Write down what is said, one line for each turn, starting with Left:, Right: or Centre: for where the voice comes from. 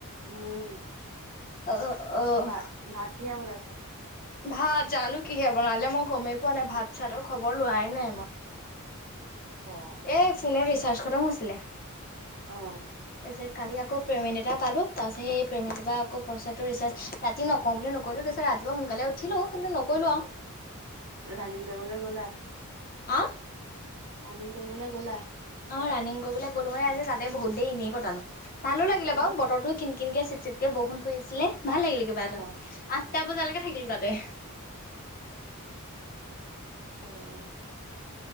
Right: উম
Left: অঁ অঁ
Right: ভাত ভাত কিহে বনাইছে?
Left: ভাত জানো কিহে বনালে, মই গ'মেই পোৱা নাই ভাত চাতৰ খবৰ লোৱাই নাই মই।
Right: অ'।
Left: এ ফোনৰ ৰিচাৰ্জ খতম হৈছিলে।
Right: অঁ।
Left: ছ কালি আক পে'মেণ্ট এটা পালো তাৰপিছ সেই পে'মেণ্ট এটা আকৌ পইচছটো ৰিচাৰ্জ ৰাতি নকওঁ বুলি নক কৰিলো পছে ৰাতিপুৱা সোনকালে উঠিলো, কিন্তু নকৰিলো আও।
Right: ৰাণিং কৰিবলে গ'লা?
Left: আঁ
Right: ৰানিং কৰিবলে গ'লা?
Left: অঁ ৰাণিং কৰিবলে গ'লো মানে আজি তাতে বহুত দেৰি এনেই কটালো ভালো লাগিলে
Right: কেলে?
Left: বাৰু বতৰটো কিন কিনকে চিপ চিপকে বৰষুণ ফুৰি আছিলে ভাল লাগিল কিবা এটা,
Right: অ'।
Left: আঠটা বজালৈকে থাকিলো তাতে।
Right: অঁ